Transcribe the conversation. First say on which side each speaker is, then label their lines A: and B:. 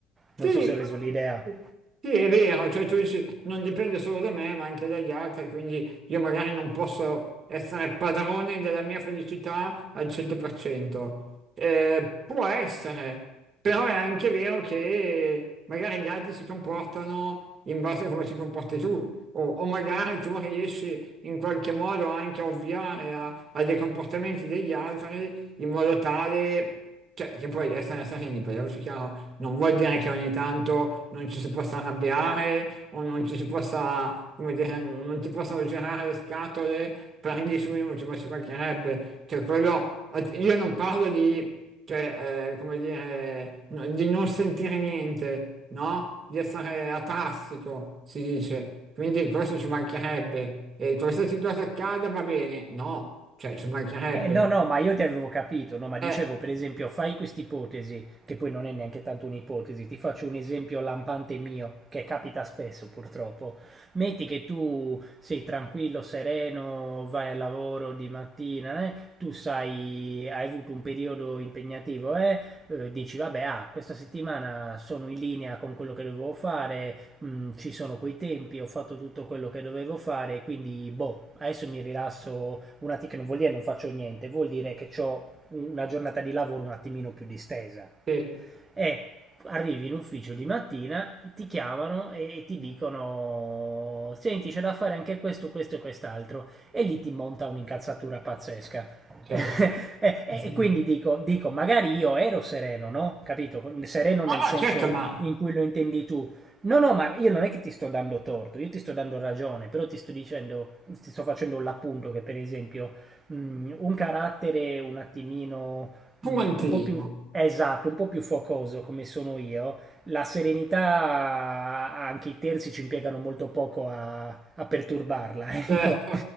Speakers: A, on the right; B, on the right.
A: Sì,
B: Non so se
A: però-
B: ho reso l'idea.
A: sì, Sì, è vero, cioè tu dici non dipende solo da me, ma anche dagli altri, quindi io magari non posso essere padrone della mia felicità al 100%. Eh, può essere, però è anche vero che magari gli altri si comportano in base a come si comporti tu, o, o magari tu riesci in qualche modo anche a ovviare a, a dei comportamenti degli altri in modo tale... Cioè, che poi essere sereni, parliamoci chiaro, non vuol dire che ogni tanto non ci si possa arrabbiare o non ci si possa, come dire, non ti possano girare le scatole per 10 minuti, ma ci mancherebbe. Cioè, quello, io non parlo di cioè, eh, come dire, no- di non sentire niente, no? Di essere atassico, si dice. Quindi questo ci mancherebbe. E qualsiasi cosa accada va bene. No, cioè, ci mancherebbe.
B: Eh, no, no, ma io ti avevo capito, no, ma dicevo
A: Eh,
B: per esempio, fai quest'ipotesi, che poi non è neanche tanto un'ipotesi, ti faccio un esempio lampante mio, che capita spesso purtroppo. Metti che tu sei tranquillo, sereno, vai al lavoro di mattina, eh, tu sai, hai avuto un periodo impegnativo, eh, eh, dici vabbè, ah, questa settimana sono in linea con quello che dovevo fare, mm, ci sono quei tempi, ho fatto tutto quello che dovevo fare, quindi boh, adesso mi rilasso un attimo, che non vuol dire non faccio niente, vuol dire che ho una giornata di lavoro un attimino più distesa
A: sì,
B: è arrivi in ufficio di mattina, ti chiamano e ti dicono senti c'è da fare anche questo, questo e quest'altro e lì ti monta un'incazzatura pazzesca.
A: cioè,
B: <laughs> e,
A: sì.
B: e quindi dico, dico, magari io ero sereno, no? Capito? Sereno nel
A: No, no,
B: senso
A: certo, ma
B: in cui lo intendi tu. No, no, ma io non è che ti sto dando torto, io ti sto dando ragione, però ti sto dicendo, ti sto facendo l'appunto che per esempio mh, un carattere un attimino
A: fumantino.
B: Mm, un po' più, esatto, un po' più focoso come sono io. La serenità, anche i terzi ci impiegano molto poco a, a perturbarla, <laughs> ecco.
A: Cioè,